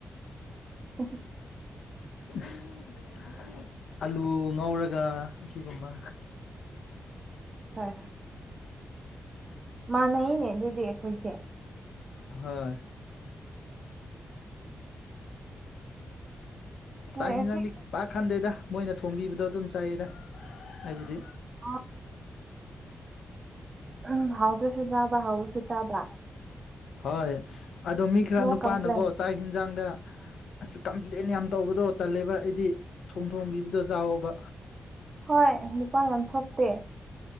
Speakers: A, on the right (about 30°); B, on the left (about 80°).
A: <unintelligible>
B: <unintelligible> ꯑꯥꯂꯨ ꯉꯧꯔꯒ ꯑꯁꯤꯒꯨꯝꯕ
A: ꯍꯣꯏ ꯍꯣꯏ ꯃꯥꯥꯟꯅꯩꯅꯦ ꯑꯗꯨꯗꯤ ꯑꯩꯈꯣꯏꯁꯦ
B: ꯍꯣꯏ
A: ꯍꯣꯏ
B: ꯆꯥꯛ
A: ꯉꯁꯤ
B: ꯌꯦꯟꯖꯥꯡꯗꯤ ꯄꯥꯛ ꯈꯟꯗꯦꯗ ꯃꯣꯏꯅ ꯊꯣꯡꯕꯤꯕꯗꯣ ꯑꯗꯨꯝ ꯆꯥꯏꯌꯦꯗ ꯍꯥꯏꯕꯗꯤ
A: ꯑ <unintelligible> ꯎꯝ ꯍꯥꯎꯗ꯭ꯔꯁꯨ ꯆꯥꯕ꯭ꯔꯥ ꯍꯥꯎꯕꯁꯨ ꯆꯥꯕ꯭ꯔꯥ
B: ꯍꯣꯏ ꯑꯗꯣ ꯃꯤ ꯈꯔ
A: ꯅꯣ
B: ꯅꯨꯄꯥꯅꯀꯣ
A: ꯀꯝꯄ꯭ꯂꯦꯟ
B: ꯆꯥꯛ ꯌꯦꯟꯖꯥꯡꯗ꯫ ꯑꯁ ꯀꯝꯄ꯭ꯂꯦꯟ ꯌꯥꯝ ꯇꯧꯕꯗꯣ ꯇꯜꯂꯦꯕ ꯑꯩꯗꯤ ꯊꯣꯡ ꯊꯣꯡꯕꯤꯕꯗꯣ ꯆꯥꯎꯋꯣꯕ꯫
A: ꯍꯣꯏ ꯅꯨꯄꯥꯒ ꯌꯥꯝ ꯊꯣꯛꯇꯦ